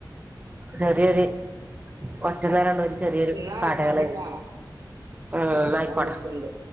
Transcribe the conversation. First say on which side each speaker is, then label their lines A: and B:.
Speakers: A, on the right; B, on the right.
A: ചെറിയൊരു ഒറ്റ നെല ഉള്ള ഒരു ചെറിയൊരു
B: എന്നാ
A: കടകളെനി
B: ആയിക്കോട്ടെട്ടോ ഞാൻ
A: ആഹ ന്നായിക്കോട്ടേ
B: വിളിക്കണ്ട്